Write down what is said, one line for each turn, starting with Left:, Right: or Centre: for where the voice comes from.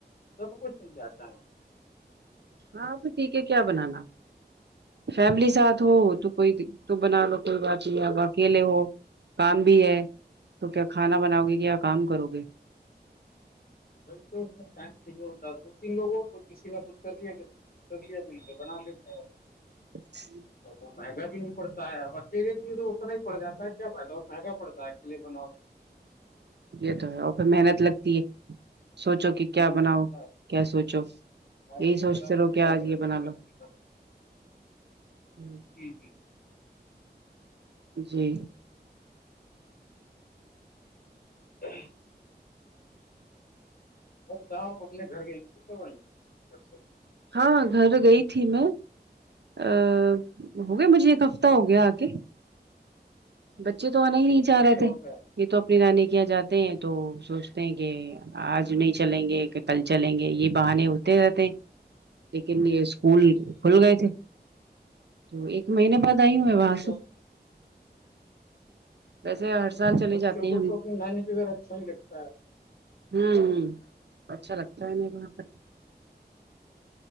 Left: تو تو کچھ نہیں جاتتااہ ہے
Right: ہاں تو ٹھیک ہے کیا بنانا فیملی ساتھ ہو تو کوئی تو بنا لو کوئی بات نہیں اب اکیلے ہو کام بھی ہے تو کیا کھانا بناؤ گے کیایا کام کرو گے
Left: ب تو ا ٹائم صاہیے ہوتا دو تین لوگوں تو کسی نے کچھ کر لیا کسی نے سبے ملتے بنا لیتے ہیں
Right: جی
Left: تو وہ مہنگا بھی نہیں پڑتا ہے اکیے کے لیے تو اتنا ہی پڑ جاتا ہے کیا فائدہ اور مہنگا پڑتا ہے اکیلے بناؤ
Right: یہ تو ہے اور پھر محنت لگتی ہے سوچو کہ کیا
Left: ہوں
Right: بناؤ
Left: صاحب،
Right: کیا سوچو
Left: ٹائم
Right: یہی
Left: بھی
Right: سوچتے
Left: خراب
Right: رہو
Left: ہوتا
Right: کیا
Left: ہے
Right: آ
Left: محنت
Right: جے بنا
Left: بھی لگتی
Right: لو
Left: ہے
Right: ہ
Left: جی جی
Right: جی
Left: ا اور بتاؤ آپ اپنے گھر گئے تو آیں اچھا
Right: ہاں گھر گئی تھی میں ا ہو گیا مجھے ایک ہفتہ ہو گیا آ کے بچے تو آنا ہی نہیں چاہ
Left: کب
Right: رہے
Left: کا
Right: تھے
Left: ہو گیا
Right: یہ تو اپنی نانی کے یہاں جاتے ہیں تو سوچتے ہیں کہ آج نہیں چلیں گے کہ کل چلیں گے یہ بہان ہوتے رہتے لیکن یہ اسکول کھل گئے تھے تو ایک مہینے بعد آئی ہوں میں
Left: اچھا
Right: باس ویسے ہر سال چلے
Left: بچوں
Right: جاتے
Left: کو
Right: ہیں ہم
Left: تو اپنی نانی کے گھر اچھا ہی لگتا ہے
Right: ہوں ہ اچھا لگتا ہے ہمیں وہاں پر